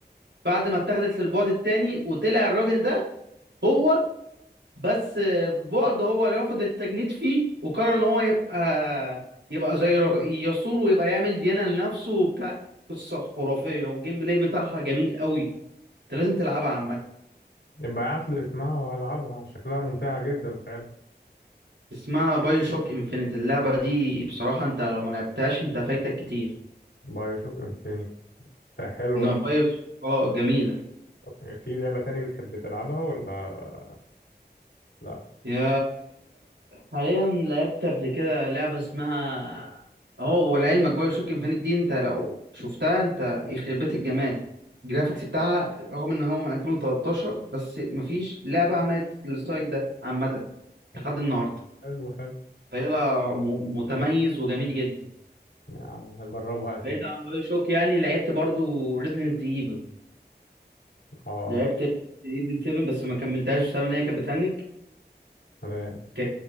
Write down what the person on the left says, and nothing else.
يبقى ابعت لي اسمها وهلعبها شكلها ممتعة جدا فعلا
بايو شوك انفينيتي ده حلو
أوي.
طب في لعبة تاني بتحب تلعبها ولا لا
طب
حلو حلو
يعني هجربها اكيد
اه
تمام